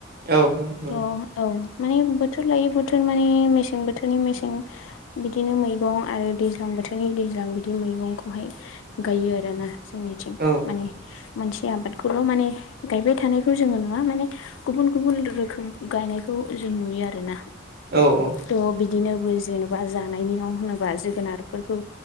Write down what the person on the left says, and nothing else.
अ औ माने बोथोर लायै बोथोर माने मेसें बोथोरनि मेसें बिदिनो मैगं आरो दैज्लां बोथोरनि दैज्लां बि दि मैगंखौहाय गायो आरोना जोंनिथिं
माने मोनसे आबादखौल' माने गायबाय थानायखौ जोङो नुवा माने गुबुन गुबुन रोखोम गायनायखौ जों नुयो आरोना
थ' बिदिनो बै जेनेबा जानायनियाव होनोबा जोगोनारफोरखौ